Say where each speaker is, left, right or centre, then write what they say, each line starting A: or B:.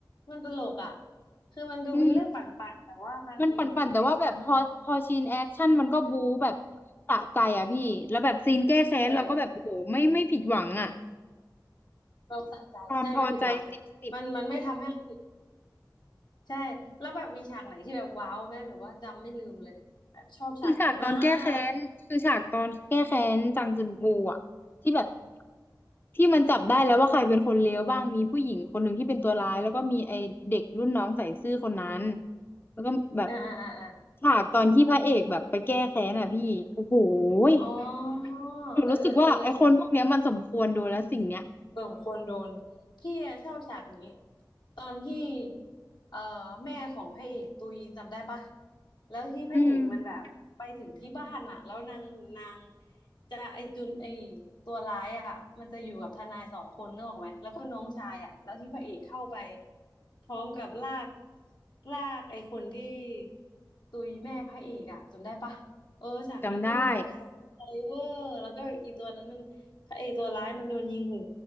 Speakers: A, on the left; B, on the left.
A: มันตลกอะคือมันดูเป็นเรื่องปั่นๆแต่ว่ามันมันจริงจัง
B: อืมมันปั่นๆแต่ว่าแบบพอพอซีนแอคชั่นมันก็บู๊แบบสะใจอ่ะพี่แล้วแบบซีนแก้แค้นเราก็แบบโอ้โหไม่ไม่ผิดหวังอ่ะ
A: เออเราสะใจใช่ไม่ผิดหวังมันมันไม่ทำให้เรา
B: ความพอใจสิบสิบ
A: ใช่ แล้วแบบมีฉากไหนที่แบบว้าวไหมหรือว่าจำไม่ลืมเลยแบบชอบฉากนี้มาก
B: คือฉากตอนแก้แค้นคือฉากตอนแก้แค้นจางจึนอูอ่ะที่แบบที่มันจับได้แล้วว่าใครเป็นคนเลวบ้างมีผู้หญิงคนหนึ่งที่เป็นตัวร้ายแล้วก็มีไอเด็กรุ่นน้องใส่ซื่อคนนั้นแล้วก็แบบ
A: อ่าอ่าอ่าอา
B: ฉากตอนที่พระเอกแบบไปแก้แค้นอ่ะพี่โอ้โหย
A: อ๋อ
B: หนูรู้สึกว่าไอคนพวกเนี้ยมันสมควรโดนแล้วสิ่งเนี้ย
A: เออเออเออเออ สมควรโดนพี่อะชอบฉากนี้ตอนที่เอ่อแม่ของพระเอกตุยจำได้ปะแล้วที่พระเอกมันแบบไปถึงที่บ้านอะแล้วนางนาง
B: อืม
A: จะไอจุนไอตัวร้ายอะมันจะอยู่กับทนายสองคนนึกออกไหมแล้วก็น้องชายอะแล้วที่พระเอกเข้าไปพร้อมกับลากลากไอคนที่ตุยแม่พระเอกอะจำได้ปะเออฉากนั้นก็คือแบบใส่ไซเวอร์แล้วก็อีตัวนั้นมัน
B: จำได้
A: พระเอกตัวร้ายมันโดนยิงหู